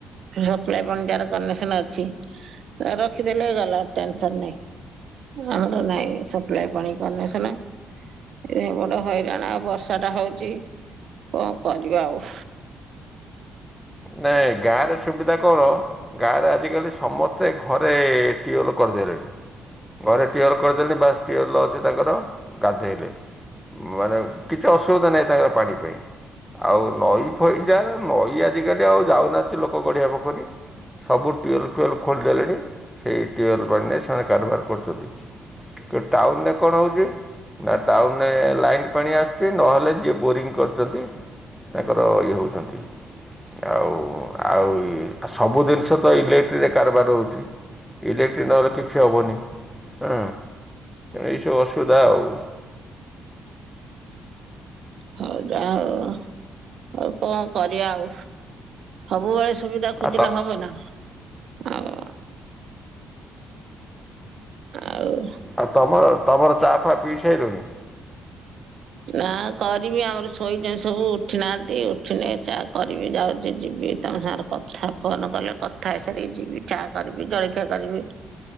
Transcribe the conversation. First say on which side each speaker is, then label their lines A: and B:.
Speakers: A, on the right; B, in the centre.
A: ସପ୍ଲାଇ ପାଣି ଯାର କନେସନ୍ ଅଛି ଆଁ ରଖିଦେଲେ ଗଲା ଟେନସନ୍ ନାହିଁ। ଆମର ନାଇଁ ସପ୍ଲାଇ ପାଣି କନେସନ୍ ଏ ବଡ ହଇରାଣ ଆଉ ବର୍ଷାଟା ହଉ ଚି କଁ କରବା ଆଉ।
B: ନାଇଁ ଗାଁରେ ସୁବି କଣ ଗାଁରେ ଆଜିକାଲି ସମସ୍ତେ ଘରେ ଟିୱଲ୍ କରିଦେଲେଣି ଘରେ ଟିୱଲ୍ କରିଦେଲିଣି ବାସ୍ ଟିୱଲ୍ ଅଛି ତାଙ୍କର ଗାଧେଇଲେ। ମାନେ କିଛି ଅସୁବିଧା ନାହିଁ ତାଙ୍କର ପାଣି ପାଇଁ ଆଉ ନଈ ଫଇ ଯାର ନଈ ଆଜିକାଲି ଆଉ ଯାଉନାହାନ୍ତି ଲୋକ ଗାଡ଼ିଆ ପୋଖରୀ ସବୁ ଟ୍ୟୁୱେଲ୍ ଫୁୱେଲ୍ ଖୋଲିଦେଲେଣି ସେଇ ଟ୍ୟୁୱେଲ୍ ପାଣିରେ ସେମାନେ କାରବାର କରୁଚନ୍ତି। ଟାଉନରେ କଣ ହେଉଚିନା ଟାଉନରେ ଲାଇନ୍ ପାଣି ଆସୁଚି ନହେଲେ ଯିଏ ବୋରିଂ କରୁଚନ୍ତି ତାଙ୍କର ଇଏ ହେଉଚନ୍ତି। ଆଉ ଆଉ ଇ ସବୁ ଜିନିଷ ତ ଇଲେକ୍ଟ୍ରି ରେ କାରବାର ହୋଉଚି। ଇଲେକ୍ଟ୍ରି ନହେଲେ କିଛି ହେବନି ଉଁ ଏଇସବୁ ଅସୁବିଧା ଆଉ।
A: ହଁ ଯା <unintelligible> ହଉ। ଆଉ କଣ କରିବା ଆଉ ସବୁବେଳେ ସୁବିଧା ଖୋଜିଲେ
B: ଆଉ ତ
A: ହବ ନା? ଆଉ ଆଉ।
B: ଆଉ ତମର ତମର ଚାଫା ପିଇସାଇଲେଣି?
A: ନା କରିବି ଆମର ଶୋଇଛନ୍ତି ସବୁ ଉଠି ନାହାନ୍ତି ଉଠିନେ ଚା କରିବି ଯାଉଛି ଯିବି। ତମ ସାଙ୍ଗରେ କଥା ଫୋନ କଲେ କଥା ହେଇସାରିକି ଯିବି ଚା କରିବି ଜଳଖିଆ କରିବି।